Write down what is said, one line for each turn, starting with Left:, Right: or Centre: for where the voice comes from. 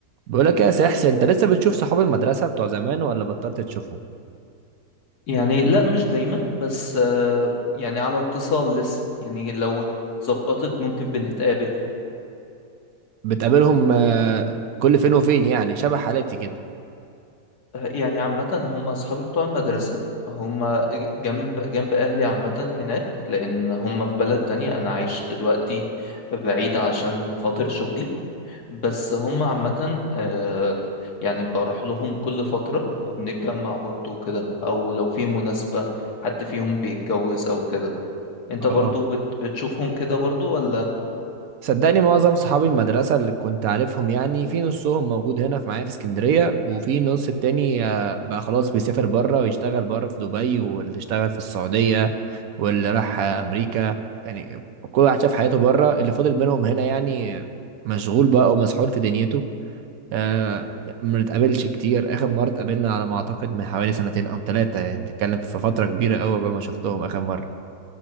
Right: بقول لك يا سحس انت لسه بتشوف صحاب المدرسه بتوع زمان ولا بطلت تشوفهم
Left: يعني لا مش دايما بس آه، يعني على اتصال لسه يعني لو اتظبطت ممكن بنتقابل
Right: بتقابلهم آه، كل فين وفين يعني شبه حالتي كده
Left: آه، يعني عامة هم أصحابي بتوع المدرسة هم ج- جنب جنب أهلي عامة هناك لأن هم في بلد تانية أنا عايش دلوقتي بعيد عشان خاطر شغلي بس هم عامة آه، يعني بروح لهم كل فترة وبنتجمع برضو وكده أو لو في مناسبة حد فيهم بيتجوز أو كده أنت
Right: اه
Left: برضو بت- بتشوفهم كده برضو ولا
Right: صدقني معظم صحاب المدرسه اللي كنت عارفهم يعني في نصهم موجود هنا في معايا في اسكندريه وفي نص التاني آه، بقى خلاص بيسافر بره ويشتغل بره في دبي واللي اشتغل في السعوديه واللي راح آه، امريكا يعني كل واحد شاف حياته بره اللي فضل منهم هنا يعني آه، مشغول بقى ومسحول في دنيته آه ما نتقابلش كتير اخر مره اتقابلنا على ما اعتقد من حوالي سنتين او ثلاثه يعني بنتكلم في فتره كبيره قوي قبل ما شفتهم اخر مره